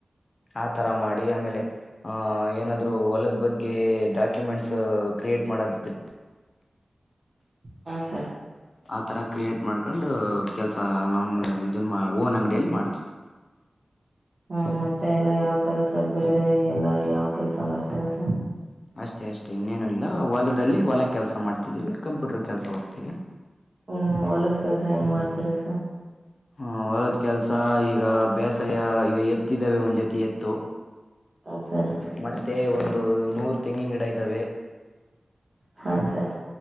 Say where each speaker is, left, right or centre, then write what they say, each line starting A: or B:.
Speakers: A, on the left (about 55°); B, on the right (about 45°).
A: ಆತರ ಮಾಡಿ ಆಮೇಲೆ ಆಹ ಏನಾದ್ೂ ಹೊಲದ ಬಗ್ಗೆ ಡಾಕ್ಯುಮೆಂಟ್ಸ್ ಕ್ರಿಯೇಟ್ ಮಾಡದಿದ್. ರೆ
B: ಹಾ ಸರ.
A: ಆತರ ಕ್ರಿಯೇಟ್ ಮಾಡ್ಕಂಡು. ಕೆಲ್ಸಾ ನಮ್ ಇದನ್ ಮಾಡ. ಓನ್ ಅಂಗಡಿಯಲ್ಲ್ ಮಾಡ್ತಿ.
B: ಹ್ಮ ಮತ್ತೆ ಎಲ್ಲ ಯಾವ ತರ ಸರ್ ಬೇರೆ ಎಲ್ಲಾ ಯಾವ ಕೆಲ್ಸ ಮಾಡ್ತಿರ ಸರ್.
A: ಅಷ್ಟೇ ಅಷ್ಟೇ ಇನ್ನೇನು ಇಲ್ಲ ಹೊಲದಲ್ಲಿ ಹೊಲ ಕೆಲ್ಸ ಮಾಡ್ತಿದೀವಿ ಕಂಪ್ಯೂಟರ್ ಕೆಲ್ಸ ಹೋಗ್ತೀವಿ.
B: ಹ್ಮ್ ಹೊಲದ ಕೆಲ್ಸ ಹೆಂಗ್ ಮಾಡ್ತಿರ ಸ. ಾ
A: ಹು ಹೊಲದ್ ಕೆಲ್ಸ ಈಗ ಬೇಸಾಯ. ಎತ್ತಿದ್ದಾವೆ ಒಂದ್ ಜೊತಿ ಎತ್ತು
B: ಹ ಸರ್
A: ಮತ್ತೆ ಒಂದು ನೂರು ತೆಂಗಿನ ಗಿಡ ಇದ್ದಾವೆ.
B: ಹಾ ಸರ್.